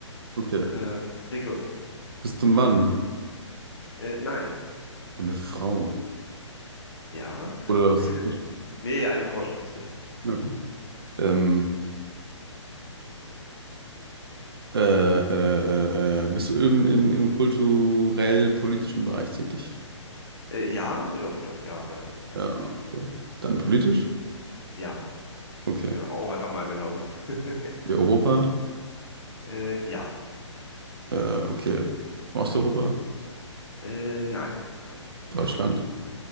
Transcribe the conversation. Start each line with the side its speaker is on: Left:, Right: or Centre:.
Right: Okay.
Left: Ähm, leg los.
Right: Bist du ein Mann?
Left: Äh, nein.
Right: Eine Frau.
Left: Ja,
Right: Oder
Left: ja.
Right: was ist das?
Left: Nee, eine Frau schon richtig.
Right: Okay. Ähm, Äh, äh, äh, äh, bist du im, im, im kulturell-politischen Bereich tätig?
Left: Äh, ja, ja, doch, ja, ja, ja,
Right: Ja,
Left: auf
Right: okay.
Left: jeden Fall.
Right: Dann politisch?
Left: Ja,
Right: Okay.
Left: ja, auch einfach mal genommen. <laughs>
Right: Wir Europa?
Left: äh, ja.
Right: Äh, okay. Osteuropa?
Left: Äh, nein, nein.
Right: Deutschland?
Left: Nee.